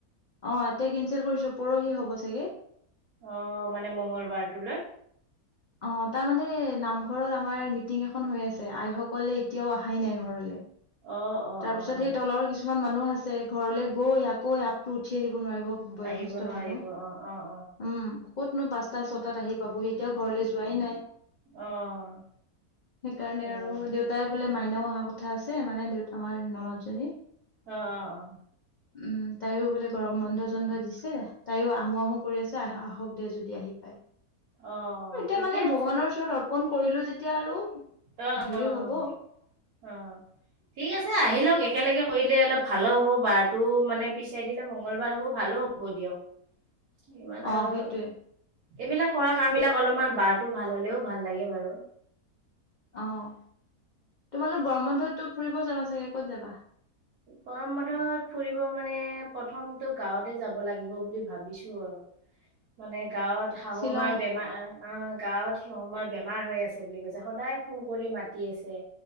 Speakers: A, on the left; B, on the right.
A: অ এতিয়া কেনচেল কৰিছো পৰহি হ'ব চাগে।
B: অ মানে মংগলবাৰ টোলৈ।
A: অ তাৰমানে নামঘৰত আমাৰ মিটিং এখন হৈ আছে আইসকলে এতিয়াও অহাই নাই ঘৰলে।
B: অ', অ',
A: তাৰপিছত
B: অ',
A: সেই তলৰ কিছুমান মানুহ আছে ঘৰলৈ গৈ আকৌ ইয়াত উঠি আহিব নোৱাৰিব বয়সস্থ
B: আহিব নোৱাৰিব
A: মানুহ
B: অ', অ',
A: উম ক'তনো পাঁচটা
B: অ'।
A: ছটাত আহি পাবহি এতিয়া ঘৰলে যোৱাই নাই
B: অ',
A: সেইকাৰণে
B: সেয়াই
A: আৰু দেউতাই বোলে মা এনেও অহা কথা আছে মানে দেউতা আমাৰ ননদ জনী
B: অ',
A: উম তাইও বোলে
B: অ',
A: গৰম বন্ধ চন্ধ দিছে তাইও আহো আহো কৰি আছে আহ আহক দে যদি আহি পায়
B: অ',
A: এতিয়া
B: ঠিকে
A: মানে
B: আছে
A: ভগৱানৰ ওচৰত অৰ্পণ কৰিলো যেতিয়া এতিয়া আৰু
B: অ',
A: হেৰি
B: অ',
A: হ'ব
B: অ', ঠিক আছে আহি লওঁক একেলগে কৰিলে অলপ ভালো হ'ব বাৰটো মানে পিছাই দিলে মঙগলবাৰ হ'ব ভালো হ'ব হব দিয়ক ইমান
A: অ
B: আৰু
A: সেইটোৱে
B: এইবিলাক কৰা কাম বিলাক অলপমান বাৰটো ভাল হলেও ভাল লাগে বাৰু
A: অঁ তোমালোক গৰম বন্ধতো ফুৰিব যাবা চাগে ক'ত যাবা
B: গৰম বন্ধত ফুৰিব মানে প্ৰথমটো গাঁৱতে যাব লাগিব বুলি ভাবিছো মানে গাঁৱত শাহুমাৰ
A: শ্বিলং
B: বেমাৰ অঁ গাঁৱত শিউমাৰ বেমাৰ হৈ আছে বুলি কৈছে সদায় ফোন কৰি মাতি আছে।